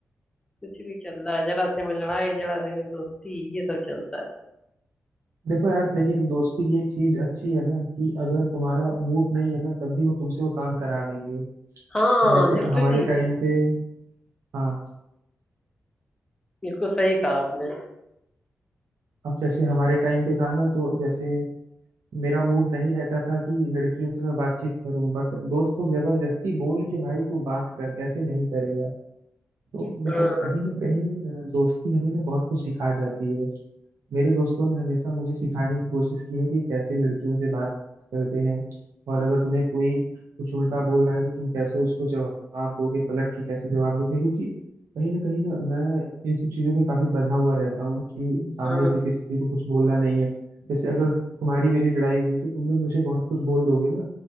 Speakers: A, on the left; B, on the right.
A: कुछ भी चल रहा है जरा से में लड़ाई जरा से में दोस्ती ये सब चलता है
B: देखो यार लेकिन दोस्ती की एक चीज अच्छी है ना कि अगर तुम्हारा मूड नहीं है ना तब भी वो तुमसे वो काम करा देंगे
A: हाँ
B: अब जैसे
A: लिटरली
B: हमारे टाइम पे हाँ
A: बिल्कुल सही कहा आपने
B: अब जैसे हमारे टाइम पे था ना तो जैसे मेरा मूड नहीं रहता था कि लड़कियों से मैं बातचीत करूं बट दोस्त लोग जबरदस्ती बोल के भाई तू बात कर कैसे नहीं करेगा तो
A: हाँ
B: देखो कहीं ना कहीं अ, दोस्ती हमें ना बहुत कुछ सिखा जाती है मेरे दोस्तों ने हमेशा मुझे सिखाने की कोशिश की है कि कैसे लड़कियों से बात करते हैं और अगर तुम्हें कोई कुछ उल्टा बोल रहा है तो तुम कैसे उसको जवाब दोगे पलट के कैसे जवाब दोगे क्योंकि कहीं ना कहीं ना मैं इन सब चीजों में काफी बंधा हुआ रहता हूँ कि सामने
A: हाँ
B: से किसी को कुछ बोलना नहीं है जैसे अगर तुम्हारी मेरी लड़ाई हुई तो तुमने मुझे बहुत कुछ बोल दोगे ना